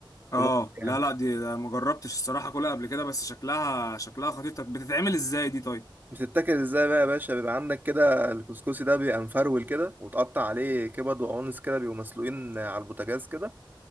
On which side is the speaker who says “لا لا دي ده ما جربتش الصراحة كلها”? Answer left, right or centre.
Left